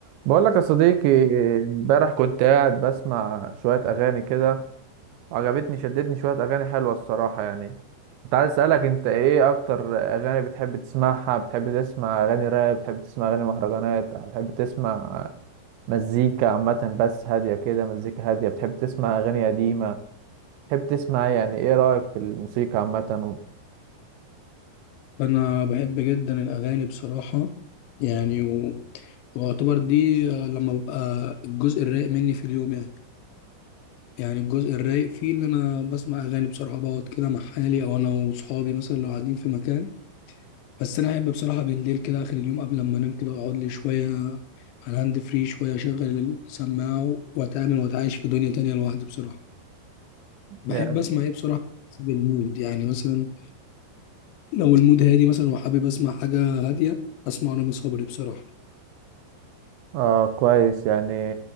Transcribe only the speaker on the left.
انا بحب جدا الاغاني بصراحه يعني و... واعتبر دي آه، لما ببقى الجزء الرايق مني في اليوم يعني يعني الجزء الرايق فيه اللي انا بسمع اغاني بصراحه بقعد كده مع حالي او انا وصحابي مثلا لو قاعدين في مكان بس انا احب بصراحه بالليل كده اخر اليوم قبل ما انام كده اقعد لي شويه على الهاند فري شويه اشغل السماعه واتعامل واتعايش في دنيا تانية لوحدي بصراحه بحب
اسمع ايه بصراحه حسب المود يعني مثلا لو المود هادي مثلا وحابب اسمع حاجه هاديه اسمع رامي صبري بصراحه